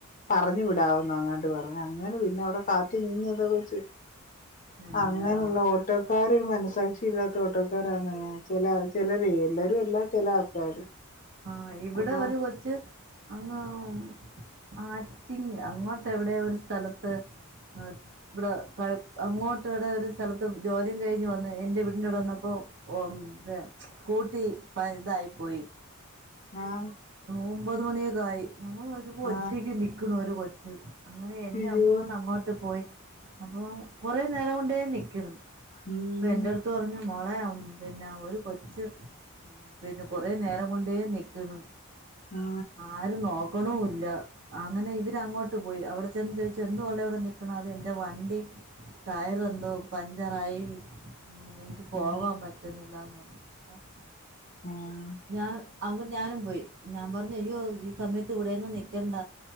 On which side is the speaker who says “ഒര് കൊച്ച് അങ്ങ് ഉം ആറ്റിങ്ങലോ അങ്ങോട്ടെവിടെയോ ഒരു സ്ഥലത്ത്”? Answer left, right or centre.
Right